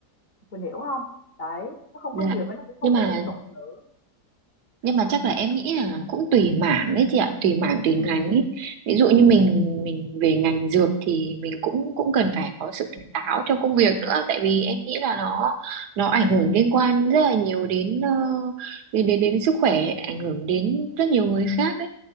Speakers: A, on the left (about 45°); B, on the right (about 75°).
A: mình hiểu không đấy nó không
B: dạ
A: có nhiều và nó cũng không
B: nhưng mà
A: có liên tục nữa
B: nhưng mà chắc là em nghĩ là cũng tùy mảng đấy chị ạ tùy mảng tùy ngành
A: ừ
B: ấy ví dụ
A: ừ
B: như mình mình về ngành dược thì mình cũng cũng cần phải có sự tỉnh táo trong công việc nữa tại vì em nghĩ là nó nó ảnh hưởng liên quan rất là nhiều đến ờ, đến đến, đến sức khỏe ảnh hưởng đến rất nhiều người khác ấy